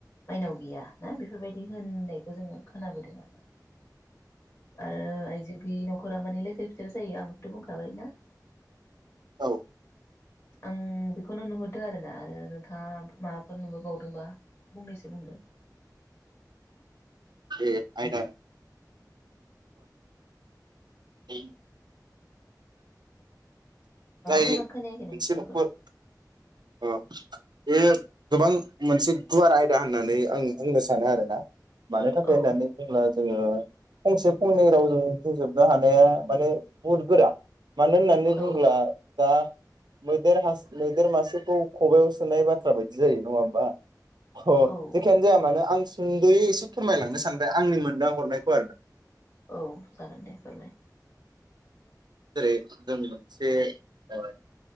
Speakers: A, on the left (about 35°); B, on the right (about 80°).
A: माइनाव गैया ना बेफोरबायदि होननायखौ जोङो खोनाबोदों आरो ना। आरो आइजो गैयि नखरा माने लेथेर फिथेर जायो आं बेखौथ बुंखाबाय ना।
B: औ
A: आं बेखौनो नुहरदों आरोना आरो नोंथाङा माबाफोर नुहर बावदोंबा फंनैसो बुंदो।
B: बे आयना <unintelligible> जाय
A: मोजां खोनायाखै ननोंसोरखौ
B: मोनसे न'खर बे गोबां मोनसे गुवार आयदा होननानै आं बुंनो सानो आरोना। मानो थाखाय
A: औ
B: होननानै बुंब्ला जोङो फंसे फंनै रावजों बुंजोबनो हानाया माने बुहुद गोरा। मानो होननानै
A: औ
B: बुंब्ला दा। मैदेर हास मैदेर मासे खौ खबआव सोनाय बाथ्रा बायदि जायो नङा होमबा। अ
A: औ
B: जेखियानो जाया मानो आं सुंदयै एसे फोरमायलांनो सानबाय आंनि मोनदां हरनायखौ आरो ना
A: औ जागोन दे फोरमाय।
B: जेरै जों मोनसे ओ